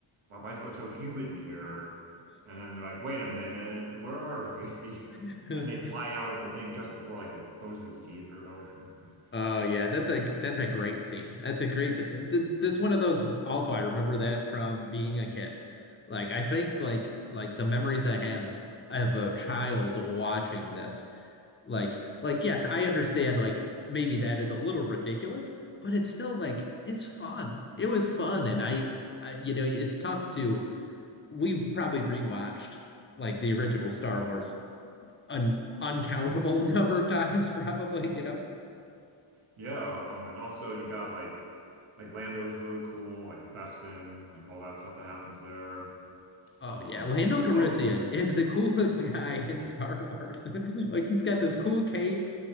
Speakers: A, on the right; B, on the left.
A: why, why is it like so humid in here? And then they're like, wait a minute, where are we? <laughs>
B: <laughs>
A: And they fly out of the thing just before like it closes its teeth or whatever. <laughs>
B: Oh yeah, that's a that's a great scene. That's a great scene. Th- That's one of those also I remember that from being a kid. Like I think like like the memories I have of a child watching this. Like like yes, I understand like maybe that is a little ridiculous, but it's still like it's fun. It was fun and I, I you know, it's tough to we've probably rewatched like the original Star Wars an uncountable <laughs> number of times <laughs> probably, you know.
A: Yeah, um, and also you got like like Lando's really cool, like Bespin, like all that stuff that happens there.
B: Oh
A: Um,
B: yeah, Lando Calrissian
A: oh,
B: is the <laughs> coolest guy
A: yeah.
B: in Star Wars. <laughs> Like he's got this cool cape,